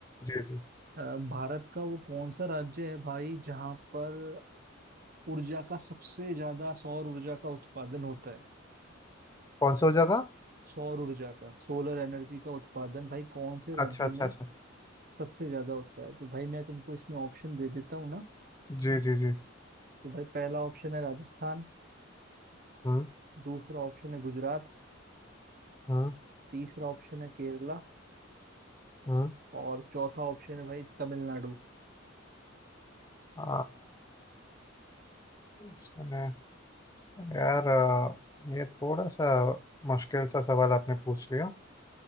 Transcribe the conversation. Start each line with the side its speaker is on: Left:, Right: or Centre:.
Left: जी जी जी।
Right: अ, भारत का वो कौन सा राज्य है भाई जहाँ पर ऊर्जा का सबसे ज्यादा सौर ऊर्जा का उत्पादन होता है
Left: कौन सा जगह
Right: सौर ऊर्जा का सोलर एनर्जी का उत्पादन भाई कौन से राज्य
Left: अच्छा अच्छा
Right: में
Left: अच्छा
Right: सबसे ज्यादा होता है तो भाई मैं तुमको इसमें ऑप्शन दे देता हूँ ना
Left: जी जी जी
Right: तो भाई पहला ऑप्शन है राजस्थान
Left: हम्म
Right: दूसरा ऑप्शन है गुजरात
Left: हम्म
Right: तीसरा ऑप्शन है केरला
Left: हम्म
Right: और चौथा ऑप्शन है भाई तमिलनाडु
Left: आ, इसमें यार आ, ये थोड़ा सा मुश्किल सा सवाल आपने पूछ लिया